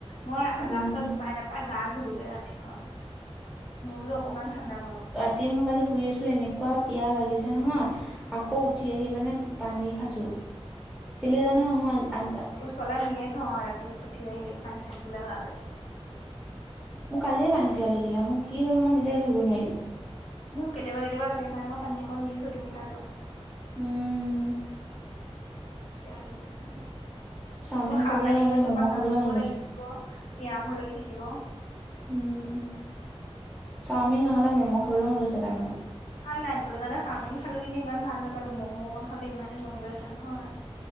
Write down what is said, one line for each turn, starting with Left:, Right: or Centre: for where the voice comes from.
Left: মই লাষ্টত
Centre: উম
Left: উপায় নেপায় গা ধোলো গে ৰাতিখন। মোৰলো অকনমান ঠাণ্ডা পৰিব।
Centre: তি ময় কালি শুই আছোঁ, এনেকুৱা পিয়াঁহ লাগিছে নহয়, আকৌ- উঠি আহি মানে পানী খাইছো, কেলে জান মই আনকাল
Left: ওচৰলৈ নিয়ে থওঁ আৰু ৰাতিত উঠি আহি পানী খায় থাকিবলৈ এলাহ লাগে।
Centre: মোক কালিয়ে পানী পিয়াঁ লাগিলে, মোৰ কি হ'ল মই নিজেই ধৰিব নোৱাৰিলোঁ।
Left: মোক কেতিয়াবা, কেতিয়াবা লাগে কাৰণে মই পানী অকন‌ দি থৈ দিও খাই লওঁ।
Centre: উম'
Left: পিয়াঁ লাগিছে‌ মানে। তোৰ
Centre: চাওমিন
Left: সাৰ
Centre: খাবলৈ
Left: পাই
Centre: নহ'লে
Left: থাকিলে
Centre: ম'ম'
Left: তোৰ প্ৰস্ৰাৱ
Centre: খাবলৈ
Left: কৰিবও
Centre: মন গৈছে
Left: লাগি থাকিব পিয়াহো লাগি থাকিব।
Centre: উম, চাওমিন নহ'লে‌ ম'ম' খাবলৈ মন গৈছে পায় মোৰ।
Left: নাই বুলি ক'লে চাওমিন খালোঁ, কিন্তু ইমান ভাল নাপালো, ম'ম' অকণ খাবলে ইমানেই মন গৈ আছে নহয়।